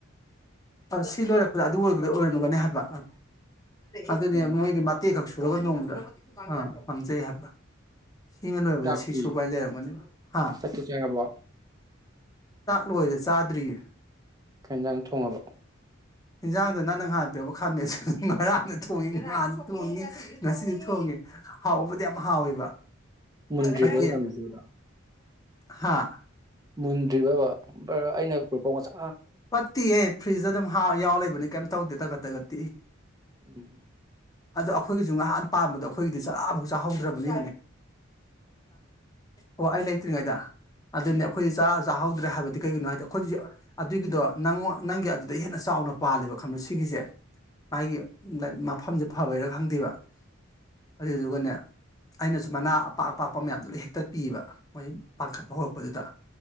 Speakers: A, on the left; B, on the right.
A: ꯁꯤ ꯂꯣꯏꯔꯛꯄꯗ ꯑꯗꯨ ꯑꯣꯏꯕꯗ ꯑꯣꯏꯔꯝꯒꯅꯤ ꯍꯥꯏꯕ ꯑꯗꯨꯅꯤ
B: ꯑꯣ
A: ꯅꯣꯡꯃꯩꯒꯤ ꯃꯇꯦꯛ ꯈꯛ ꯁꯨꯔꯒ ꯅꯣꯡꯃꯗ ꯑꯥ ꯉꯝꯖꯩ ꯍꯥꯏꯕ ꯁꯤꯃ ꯂꯣꯏꯕꯗ
B: ꯆꯥꯛꯇꯤ
A: ꯁꯤꯁꯨꯨꯄꯥꯏ ꯂꯩꯔꯝꯒꯅꯦꯕ ꯍꯥ
B: ꯆꯥꯛꯇꯤ ꯆꯥꯔꯕꯣ
A: ꯂꯣꯏꯔꯦ ꯆꯥꯗ꯭ꯔꯤꯌꯦ
B: ꯀꯩꯏꯟꯁꯥꯡ ꯊꯣꯡꯉꯕ
A: ꯌꯦꯟꯖꯥꯡꯗꯦ ꯅꯪꯅ ꯍꯥꯏꯥꯟꯄꯤꯔꯕ ꯈꯥꯃꯦꯟ ꯑꯁꯤꯟꯕꯗꯨ ꯉꯥꯔꯥꯡꯁꯨ ꯊꯣꯡꯉꯤ ꯅꯥꯟꯁꯨ ꯊꯣꯡꯉꯤ ꯉꯁꯤꯁꯨ ꯊꯣꯡꯉꯦ ꯍꯥꯎꯕꯨꯗꯤ ꯌꯥꯝ ꯍꯥꯎꯋꯦꯕ
B: ꯃꯨꯟꯗ꯭ꯔꯤꯕꯣ
A: ꯈꫭꯏꯒꯤ
B: ꯈꯥꯃꯦꯟ ꯑꯁꯤꯟꯕꯗꯣ
A: <unintelligible> ꯍꯥꯥ
B: ꯃꯨꯟꯗ꯭ꯔꯤꯕꯕ ꯑꯩꯅ ꯒ꯭ꯔꯨꯞꯄꯥꯎꯆꯥ
A: ꯄꯠꯇꯤꯍꯦ ꯐ꯭ꯔꯤꯖꯇ ꯑꯗꯨꯝ ꯌꯥꯎꯔ ꯂꯩꯕꯅꯤ ꯀꯩꯝꯇ ꯇꯧꯗꯦ <unintelligible>
B: ꯎꯝ
A: ꯑꯗꯣ ꯑꯩꯈꯣꯏꯒꯤꯁꯨ ꯉꯍꯥꯟ ꯄꯥꯝꯕꯗꯣ ꯑꯩꯈꯣꯏꯒꯤꯗꯤ ꯆꯔꯥ ꯑꯃꯨꯛ ꯆꯥꯍꯧꯗ꯭ꯔꯕꯅꯤ ꯑꯣ ꯑꯩ ꯂꯩꯇ꯭ꯔꯤꯉꯩꯗ ꯑꯗꯨꯅꯤ ꯑꯩꯈꯣꯏ ꯆꯥꯍꯥꯎ ꯍꯥꯏꯕꯗꯤ ꯀꯩꯒꯤꯅꯣ ꯍꯥꯏꯗꯤ ꯑꯩꯈꯣꯏꯁ ꯑꯗꯨꯒꯤꯗꯣ ꯅꯪꯉ ꯅꯪꯒꯤ ꯑꯗꯨꯗ ꯍꯦꯟꯅ ꯆꯥꯎꯅ ꯄꯥꯜꯂꯦꯕ ꯈꯪꯕꯣ ꯁꯤꯒꯤꯁꯦ ꯃꯥꯒꯤ ꯃꯐꯝꯁꯦ ꯐꯕꯩꯔꯥ ꯈꯪꯗꯦꯕ ꯑꯗꯨꯏꯗꯨꯒꯅꯦ ꯑꯩꯅꯁꯨ ꯃꯅꯥ ꯑꯄꯥꯛ ꯑꯄꯥꯛꯄ ꯃꯌꯥꯝꯗꯨꯗ ꯍꯦꯛꯇ ꯄꯤꯑꯕ ꯃꯣꯏ ꯄꯥꯡꯈꯠꯄ ꯍꯧꯔꯛꯄꯗꯨꯗ